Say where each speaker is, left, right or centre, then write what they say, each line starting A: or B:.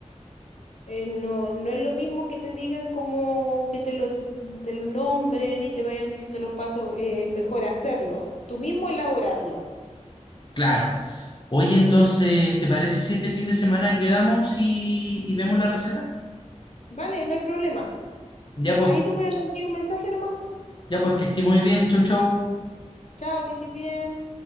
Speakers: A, on the left; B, on the left.
A: eh, no, no es lo mismo que te digan como que te lo, mm, te lo nombren y te vayan diciendo los pasos, es mejor hacerlo, tú mismo elaborarlo.
B: Claro. Oye, entonces, ¿te parece si este fin de semana quedamos y, y vemos la receta?
A: Vale, no hay problema.
B: Ya pues,
A: Ahí tú me envías un mensaje nomás, po.
B: ya pues que esté muy bien. Chau, chau.
A: Chao, que estés bien.